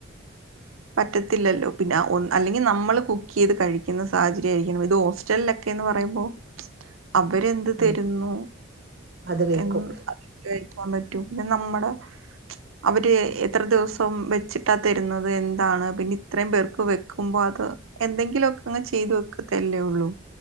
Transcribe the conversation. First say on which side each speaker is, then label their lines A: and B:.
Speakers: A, on the right (about 80°); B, on the right (about 50°).
A: പറ്റത്തില്ലല്ലോ പിന്നെ ഒ അല്ലെങ്കിൽ നമ്മള് കുക്കെയ്ത് കഴിക്കുന്ന സാഹചര്യായിരിക്കണം ഇത് ഹോസ്റ്റലിലൊക്കെന്ന് പറയുമ്പോ അവരെന്ത്തെരുന്നു
B: ആഹ് അത് കഴിക്കും
A: എന്ന് പറ്റും പിന്നെ നമ്മള് അവര് എത്ര ദിവസം വെച്ചിട്ടാ തരുന്നത് എൻ ന്താണ് പിന്നെ ഇത്രേയും പേർക്ക് വെക്കുമ്പോ അത് എന്തെങ്കിലൊക്കങ്ങ് ചെയ്തു വെക്കത്തല്ലേ ഉള്ളു